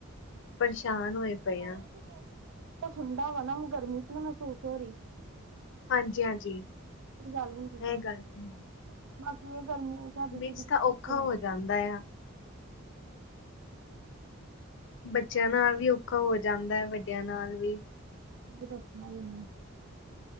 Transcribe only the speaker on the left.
ਪਰੇਸ਼ਾਨ
ਹੋਏ ਪਏ
ਆ
ਹਾਂਜੀ, ਹਾਂਜੀ ਇਹ
ਗੱਲ ਤੇ ਹੈ।
ਚ ਤਾਂ ਔਖਾ
ਹੋ ਜਾਂਦਾ ਆ ਬੱਚਿਆਂ ਨਾਲ ਵੀ ਔਖਾ ਹੋ ਜਾਂਦਾ ਹੈ, ਵੱਡਿਆਂ ਨਾਲ ਵੀ